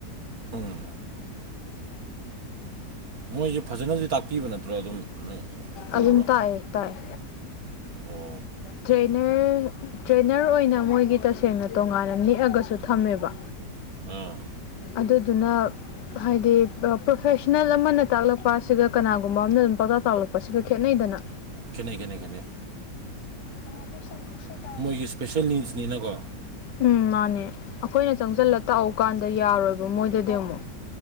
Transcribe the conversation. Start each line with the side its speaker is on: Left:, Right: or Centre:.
Right: ꯎꯝ ꯃꯣꯏꯁꯦ ꯐꯖꯅꯗꯤ ꯇꯥꯛꯄꯤꯕ ꯅꯠꯇ꯭ꯔꯣ ꯑꯗꯨꯝ ꯅꯪ
Left: ꯑꯗꯨꯝ
Right: ꯎꯕ꯭ꯔꯣ
Left: ꯇꯥꯛꯦ ꯇꯥꯛꯦ
Right: ꯑꯣ
Left: ꯇ꯭ꯔꯦꯅꯔ ꯇ꯭ꯔꯦꯅꯔ ꯑꯣꯏꯅ ꯃꯣꯏꯒꯤ ꯇꯁꯦꯡꯅ ꯇꯣꯉꯥꯟꯅ ꯅꯦꯛꯑꯒꯁꯨ ꯊꯝꯃꯦꯕ꯫
Right: ꯑꯝ
Left: ꯑꯗꯨꯗꯨꯅ ꯍꯥꯏꯗꯤ ꯄ꯭ꯔꯣꯐꯦꯁꯅꯦꯜ ꯑꯃ ꯅ ꯇꯥꯛꯂꯛꯄ ꯑꯁꯤꯒ ꯀꯅꯥꯒꯨꯝꯕ ꯑꯃꯅ ꯑꯗꯨꯝ ꯄꯨꯡꯇꯥꯛ ꯇꯥꯛꯂꯛꯄꯁꯤꯒ ꯈꯦꯠꯅꯩꯗꯅ꯫
Right: ꯈꯦꯅꯩ ꯈꯦꯅꯩ ꯈꯦꯩ꯫
Left: ꯃꯥꯁ ꯁꯥ ꯀ <inaudible>
Right: ꯃꯣꯏꯒꯤ ꯁ꯭ꯄꯦꯁꯦꯜ ꯅꯤꯟꯁꯅꯤꯅꯀꯣ꯫
Left: ꯎꯝ ꯃꯥꯅꯦ ꯑꯩꯈꯣꯏꯅ ꯆꯪꯁꯤꯜꯂ ꯇꯥꯛꯎ ꯀꯥꯟꯗ ꯌꯥꯔꯣꯏꯕ ꯃꯣꯏꯗꯗꯤ ꯑꯃꯨꯛ